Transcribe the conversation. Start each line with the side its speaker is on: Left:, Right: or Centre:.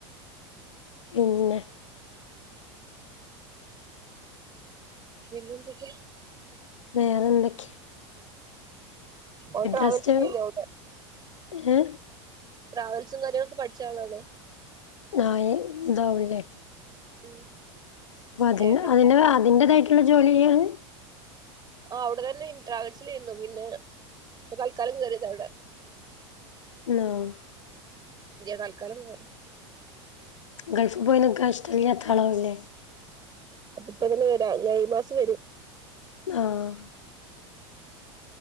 Left: പിന്നെ
Right: പിന്നെന്തൊക്കെ
Left: വേറെ ന്തൊക്കെ
Right: ഓ ട്രാവൽസിലില്ല
Left: റെസ്റ്റ്
Right: അവിടെ
Left: ഏഹ്
Right: ട്രാവൽസും കാര്യങ്ങളൊക്കെ പഠിച്ച ആളാണ്
Left: ആഹ് ഇതാവ്ല്ലേ
Right: ഉം
Left: അപ്പ അതി
Right: ഏട്ടൻ
Left: അതിന്റെ അതിന്റേതായിട്ടുള്ള ജോലി ചെയ്യാണ്.
Right: ആ അവിടെ തന്നെ ട്രാവൽസിലാരുന്നു പിന്നെ ഇപ്പ തൽക്കാലം കേറിയത അവിടെ
Left: ആഹ്
Right: തൽക്കാലം പോ
Left: ഗൾഫ് പോയി നിൽക്കാൻ ഇഷ്ടല്ലാത്താളാവൂല്ലേ?
Right: ഇപ്പ എങ്ങന വരാ മെയ് മാസം വരും
Left: ആഹ്